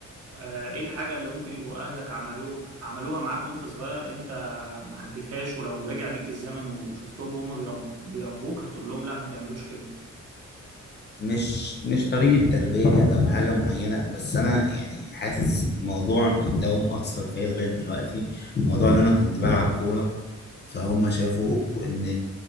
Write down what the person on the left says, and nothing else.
مش مش طريقة تربية أو حاجة معينة بس أنا يعني حاسس موضوع اللي هو مأثر فيا لغاية دلوقتي موضوع إن أنا كنت بلعب كورة فهم شافوا إن